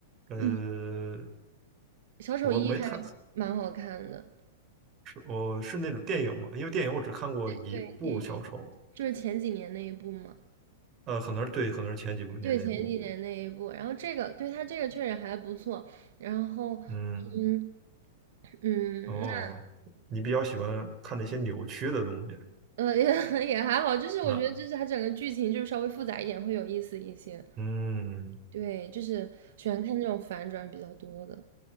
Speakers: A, on the right (about 30°); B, on the right (about 70°).
A: 呃，
B: 嗯，小丑一还蛮好看的。
A: 我没太是我是那种电影嘛，因为电影我只看过一部小丑，
B: 对，电影就是前几年那一部嘛。
A: 呃，可能是对，可能是前几部年那一部。
B: 对，前几年那一部。然后这个，对他这个确实还不错。然后，嗯
A: 嗯，
B: 嗯，
A: 哦，
B: 那
A: 你比较喜欢看那些扭曲的东西
B: 呃也 <laughs> 也还好，就是我觉得就是它整个剧情就是稍微复杂一点，
A: 啊？
B: 会有意思一些。
A: 嗯，
B: 对，就是喜欢看那种反转比较多的。